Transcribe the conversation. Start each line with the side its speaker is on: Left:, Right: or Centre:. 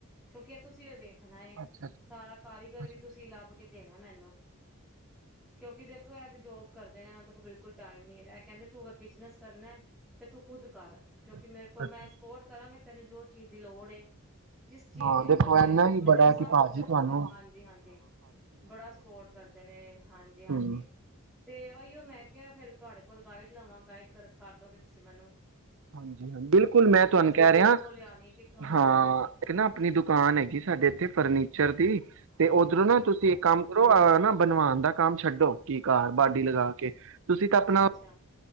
Centre: ਕਿਉਂਕਿ ਇਹ ਤੁਸੀਂ ਵੇਖ, ਰੱਖਣਾ ਐ
Right: ਅੱਛਾ ਅੱਛਾ
Centre: ਸਾਰਾ ਕਾਰੀਗਰ
Right: ਅੱਛਾ
Centre: ਵੀ ਤੁਸੀਂ ਲੱਭ ਕੇ ਦੇਣਾ। ਮੈਨੂੰ, ਕਿਉਂਕਿ ਦੇਖੋ ਇਹ ਤੇ ਜੋਬ ਕਰਦੇ ਨੇ ਇਹਨਾਂ ਦੇ ਕੋਲ ਬਿਲਕੁਲ, ਟਾਈਮ ਨੀ ਹੈ। ਕਹਿੰਦੇ ਤੂੰ ਅਗਰ ਬਿਜਨਸ ਕਰਨਾ, ਤੇ ਤੂੰ ਖੁਦ ਕਰ ਕਿਉਂਕਿ
Right: ਅੱਛਾ
Centre: ਮੇਰੇ ਕੋਲ
Right: ਅੱਛਾ।
Centre: ਮੈਂ ਸਪੋਰਟ ਕਰਾਂਗੇ। ਤੈਨੂੰ ਜੋ ਚੀਜ਼ ਦੀ ਲੋੜ ਐ, ਜਿਸ ਚੀਜ਼
Right: ਹਾਂ
Centre: ਦੀ ਵੀ
Right: ਦੇਖੋ
Centre: ਹੋਏ
Right: ਇਨਾ ਹੀ
Centre: ਮੈਂ
Right: ਬੜਾ
Centre: ਤੈਨੂੰ ਸਭ
Right: ਕਿ ਭਾਜੀ
Centre: ਕੁਛ ਦੇਵਾਂਗਾ,
Right: ਤੁਹਾਨੂੰ
Centre: ਹਾਂਜੀ-ਹਾਂਜੀ ਬੜਾ ਸਪੋਰਟ ਕਰਦੇ ਨੇ ਹਾਂਜੀ ਹਾਂਜੀ
Right: ਹੂੰ,
Centre: ਤੇ ਔਈਓ ਮੈਂ ਕ ਫੇਰ ਤੁਹਾਡੇ, ਕੋਲ ਗਾਈਡ ਲਵਾਂ ਗਾਈਡ ਕਰ ਕਰਦੋਗੇ ਤੁਸੀਂ ਮੈਨੂੰ
Right: ਹਾਂਜੀ ਹਾਂ ਬਿਲਕੁਲ
Centre: ਕੋਲ
Right: ਮੈਂ
Centre: ਕਿਹੜੀ
Right: ਤੁਹਾਨੂੰ
Centre: ਚੀਜ਼
Right: ਕਹਿ ਰਿਹਾ
Centre: ਕਿੱਥੋਂ ਲਿਆਣੀ ਕਿੱਥੋਂ ਨੀ
Right: ਹਾਂ
Centre: ਕਰਨੀ
Right: ਇੱਕ ਨਾ ਆਪਣੀ ਦੁਕਾਨ ਹੈਗੀ ਸਾਡੇ ਇੱਥੇ ਫਰਨੀਚਰ ਦੀ, ਤੇ ਉਹ, ਨਾ ਤੁਸੀਂ
Centre: ਹਾਂਜੀ
Right: ਇੱਕ ਕੰਮ ਕਰੋ ਨਾ, ਬਣਵਾਣ ਦਾ ਕੰਮ ਛੱਡੋ ਕੀ ਕਾਰ ਬਾਡੀ ਲਗਾ ਕੇ, ਤੁਸੀਂ ਤਾਂ
Centre: ਅੱਛਾ-ਅੱਛਾ,
Right: ਆਪਣਾ